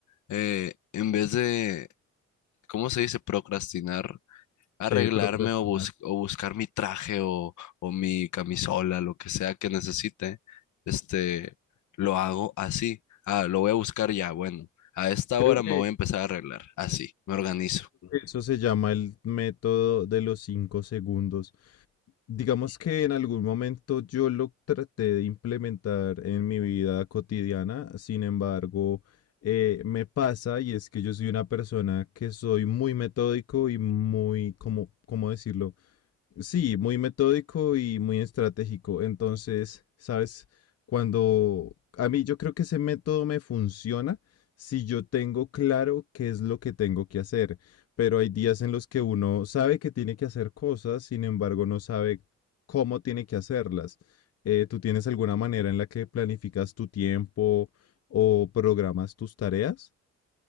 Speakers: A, on the left; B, on the left.
A: eh, en vez de, ¿cómo se dice? Procrastinar arreglarme
B: Sí, procrastinar.
A: o, bus- o buscar mi traje o, o mi camisola, lo que sea que necesite, este, lo hago así. Ah, lo voy a buscar ya, bueno, a esta
B: Creo
A: hora me
B: que
A: voy a empezar a arreglar, así, me organizo.
B: eso se llama el método de los cinco segundos. Digamos que en algún momento yo lo traté de implementar en mi vida cotidiana, sin embargo, eh, me pasa y es que yo soy una persona que soy muy metódico y muy, como, ¿cómo decirlo? Sí, muy metódico y muy estratégico. Entonces, sabes, cuando a mí yo creo que ese método me funciona si yo tengo claro qué es lo que tengo que hacer, pero hay días en los que uno sabe que tiene que hacer cosas, sin embargo, no sabe cómo tiene que hacerlas. Eh, ¿tú tienes alguna manera en la que planificas tu tiempo o programas tus tareas?